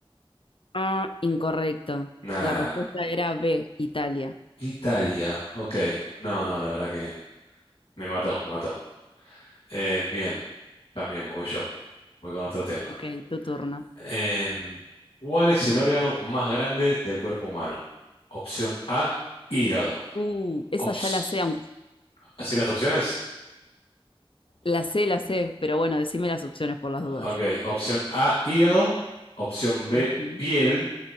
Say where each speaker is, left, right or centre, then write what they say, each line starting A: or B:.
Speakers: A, on the left; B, on the left.
A: Ah, incorrecto.
B: Nah,
A: La respuesta era B, Italia.
B: Italia, ok. No, no, la verdad que me mató, me mató. Eh, bien, cambiemos, voy yo, voy con otro tema.
A: Ok, tu turno.
B: Em, ¿cuál es el órgano más grande del cuerpo humano? Opción A, hígado.
A: Uh, esa
B: Ops-
A: ya la sé, aunque
B: ¿Así las opciones?
A: la sé, la sé, pero bueno, decime las opciones por las
B: Ok,
A: dudas.
B: opción A, hígado. Opción B,
A: Ujú.
B: piel.